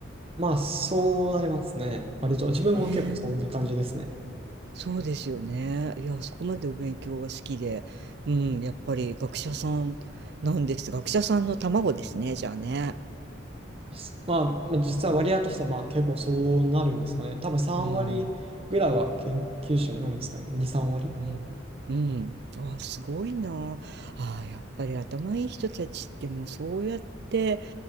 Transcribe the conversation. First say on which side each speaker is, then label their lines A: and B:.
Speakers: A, on the right; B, on the right.
A: まあ、そうなりますね。割と、自分も結構そんな感じですね。
B: ねえそうですよね。いやそこまでお勉強が好きで、うん、やっぱり学者さんなんです。学者さんの卵ですねじゃあね。
A: すまあ、まあ実は割合としては、まあ、結構そうなるんですかね。多分3割ぐらいは研究者になるんですかね。
B: うん
A: 2、3割。
B: うんうん、あすごいなあやっぱり頭いい人たちってもうそうやって。